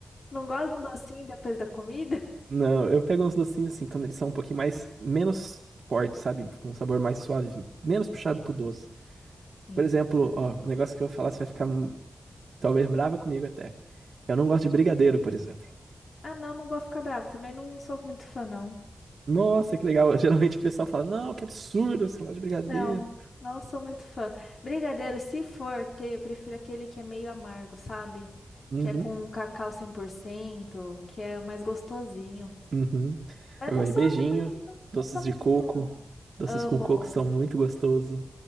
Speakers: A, on the left; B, on the right.
A: Não gosto de um docinho depois da comida?
B: Não, eu pego uns docinhos assim, quando eles são um pouquinho mais, menos fortes, sabe? Com um sabor mais suave, menos puxado pro
A: Sim.
B: doce.
A: Sim.
B: Por exemplo, ó, o negócio que eu vou falar, você vai ficar Talvez brava comigo até. Eu não gosto de brigadeiro, por exemplo.
A: Ah, não, não vou ficar bravo. Também não sou muito fã, não.
B: Nossa, que legal. <laughs> Geralmente o pessoal fala: Não, que absurdo, você não gosta de brigadeiro.
A: Não, não sou muito fã. Brigadeiro, se for ter, eu prefiro aquele que é meio amargo, sabe?
B: Uhum,
A: Que é com cacau 100%, que é mais gostosinho.
B: uhum.
A: Mas
B: Eu
A: não
B: gosto
A: sou
B: de beijinho,
A: também, não,
B: doces
A: não sou
B: de
A: muito
B: coco.
A: fã.
B: Doces
A: Amo.
B: com coco são muito gostoso.